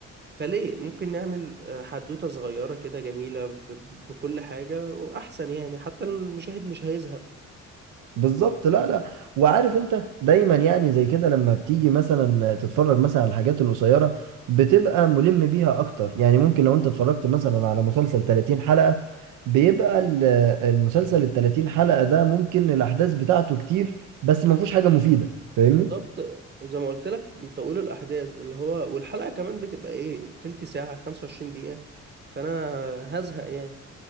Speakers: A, on the right; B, on the right.
A: فليه ممكن نعمل آه، حدوتة صغيرة كده جميلة ب- ب- بكل حاجة وأحسن يعني حتى المشاهد مش هيزهق
B: بالظبط لا لا وعارف انت دايما يعني زي كده لما بتيجي مثلا تتفرج مثلا على الحاجات القصيره بتبقى ملم بيها اكتر يعني ممكن لو انت اتفرجت مثلا على مسلسل 30 حلقه بيبقى ال- المسلسل ال 30 حلقه ده ممكن الاحداث بتاعته كتير بس ما فيهوش حاجه مفيده فاهمني
A: بالظبط وزي ما قلت لك بيطولوا الأحداث اللي هو والحلقة كمان بتبقى إيه تلت ساعة 25 دقيقة فأنا هزهق يعني